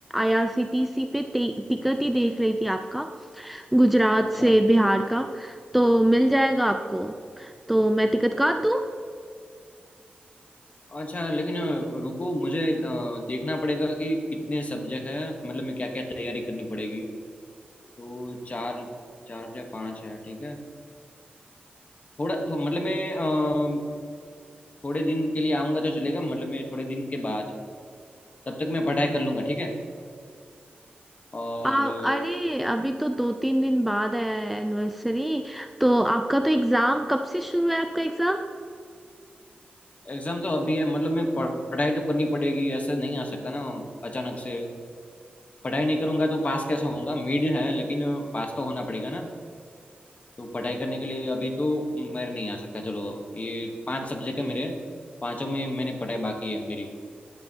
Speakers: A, in the centre; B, on the left (about 45°).
A: आईआरसीटीसी पे टिकट ही देख रही थी आपका गुजरात
B: अच्छा
A: से बिहार का तो मिल जाएगा आपको तो मैं टिकट काट दूँ
B: अच्छा लेकिन अ, रुको मुझे अ, देखना पड़ेगा कि कितने सब्जेक्ट हैं मतलब मैं क्या क्या तैयारी करनी पड़ेगी तो चार चार या पांच है ठीक है थोड़ा तो मतलब मैं अ, थोड़े दिन के लिए आऊँगा तो चलेगा मतलब मैं थोड़े दिन के बाद तब तक मैं पढ़ाई कर लूँगा ठीक है और
A: आप अरे अभी तो दो तीन दिन बाद है एनिवर्सरी तो आपका तो एग्ज़ाम कब से शुरू है आपका एग्ज़ाम
B: एग्ज़ाम तो अभी है मतलब मैं पढ़- पढ़ाई तो करनी पड़ेगी ऐसा नहीं आ सकता ना अचानक से पढ़ाई नहीं करूँगा तो पास कैसे होऊंगा मिड है लेकिन पास तो होना पड़ेगा ना तो पढ़ाई करने के लिए अभी तो मैं नहीं आ सकता चलो ये पांच सब्जेक्ट है मेरे पांचों में मैंने पढ़ाई बाकी है मेरी